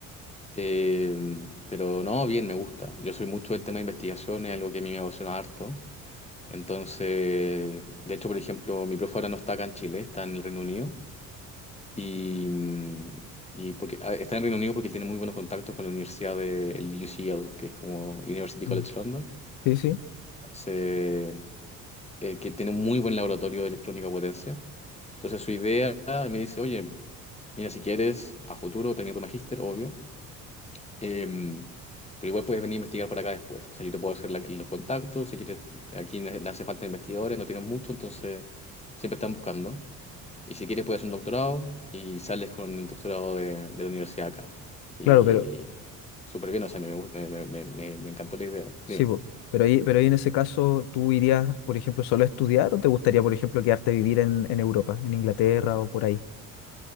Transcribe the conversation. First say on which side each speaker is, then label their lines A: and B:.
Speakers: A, on the left (about 15°); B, on the left (about 70°).
A: Eh, pero no, bien, me gusta. Yo soy mucho del tema de investigación, es algo que a mí me apasiona harto. Entonces, de hecho, por ejemplo, mi profe ahora no está acá en Chile, está en el Reino Unido. Y, mm, y porque ah, está en Reino Unido porque él tiene muy buenos contactos con la Universidad de el UCL, que es como University
B: Mm.
A: College London,
B: Sí, sí.
A: Entonces, eh, que tiene un muy buen laboratorio de electrónica potencia. Entonces su idea él me dice, oye, mira, si quieres, a futuro termina tu magíster, obvio, em, pero igual puedes venir a investigar para acá después. O sea, yo te puedo hacer la- los contactos, si quieres, aquí le le hace falta investigadores, no tienen mucho, entonces siempre están buscando. Y si quieres puedes hacer un doctorado y sales con el doctorado de, de la universidad acá. Y
B: Claro, pero
A: súper bien, o sea, me, me- me- me- me- me encantó la idea.
B: sí,
A: Dime.
B: po. Pero ahí, pero ahí en ese caso, ¿tú irías, por ejemplo, solo a estudiar o te gustaría, por ejemplo, quedarte a vivir en, en Europa, en Inglaterra o por ahí?